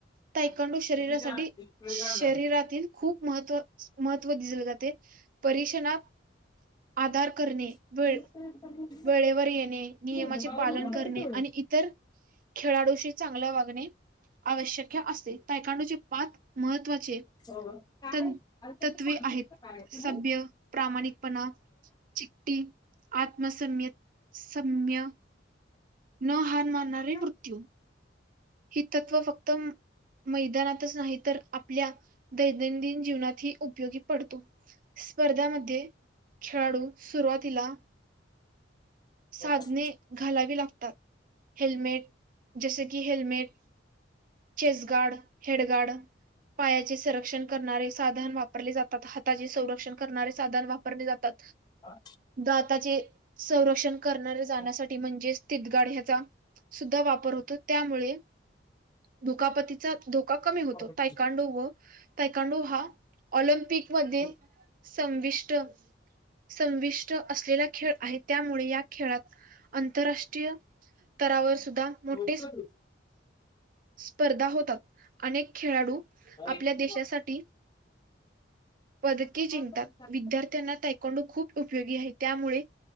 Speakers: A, on the right; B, on the left.
A: तायकांडु
B: क्षितिजा,
A: शरीरासाठी
B: एक
A: शरीरातील
B: आणला तिथं.
A: खूप महत्व महत्व दिसले जाते परीक्षणात आधार
B: <unintelligible>
A: करणे, वेळ वेळेवर येणे नियमाचे
B: हो
A: पालन करणे आणि इतर खेळाडूशी चांगले वागणे आवश्यक असते. तयकांडूचे पाच महत्त्वाचे
B: हो काय
A: तन
B: आ तर
A: तत्वे
B: ते सांग
A: आहेत
B: काय फ
A: सभ्य प्रामाणिकपणा चिट्टी आत्मसम्य सम्य सम्यं न हार मानणारे
B: काय
A: मृत्यू. ही तत्त्व फक्त मैदानातच नाही तर आपल्या दैनंदिन जीवनात ही उपयोगी पडतो स्पर्धामध्ये खेळाडू सुरुवातीला
B: बता.
A: साधने घालावी लागतात. हेल्मेट जसे की हेल्मेट, चेस्गार्ड, हेडगार्ड पायाचे संरक्षण करणारे साधन वापरले जातात. हाताचे संरक्षण करणारे साधन वापरले जातात.
B: हा?
A: दाताचे संरक्षण करणारे जाण्यासाठी
B: काय?
A: म्हणजेच <unintelligible> गाड ह्याचा सुद्धा वापर होतो त्यामुळे दुखापतीच्या कमी होतो
B: पावभाजी.
A: तयकांडो व तायकांडू हा ऑलिम्पिक मध्ये
B: कोण?
A: संविष्ट संविष्ट असलेला खेळ आहे त्यामुळे या खेळात आंतरराष्ट्रीय स्तरावर सुद्धा मोठे
B: झोपलं तू?
A: स्पर्धा होतात, अनेक खेळाडू
B: काय?
A: आपल्या
B: भेटलं
A: देशासाठी पदके जिंकतात,
B: तर करून सांगतो.
A: विद्यार्थ्यांना त्या <unintelligible> खूप उपयोगी आहे त्यामुळे